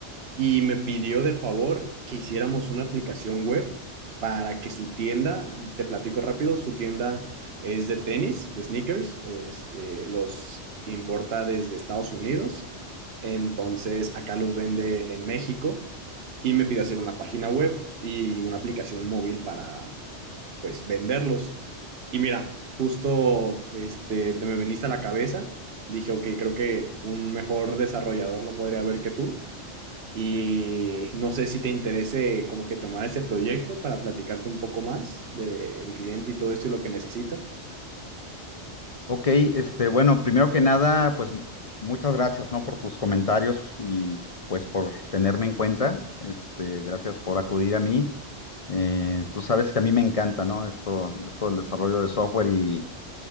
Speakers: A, on the right (about 60°); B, on the left (about 40°).
A: y me pidió de favor que hiciéramos una aplicación web para que su tienda, te platico rápido, su tienda es de tenis, de sneakers, este, los importa desde Estados Unidos, entonces acá los vende en México y me pidió hacer una página web y una aplicación móvil para, pues, venderlos. Y mira, justo, este, te me veniste a la cabeza, dije, ok, creo que un mejor desarrollador no podría haber que tú y no sé si te interese como que tomar ese proyecto para platicarte un poco más del cliente y todo esto y lo que necesita.
B: Ok, este, bueno, primero que nada, pues m- muchas gracias, ¿no? Por tus comentarios y pues por tenerme en cuenta. Este, gracias por acudir a mí. Eh, tú sabes que a mí me encanta, ¿no? Esto, esto del desarrollo de software y,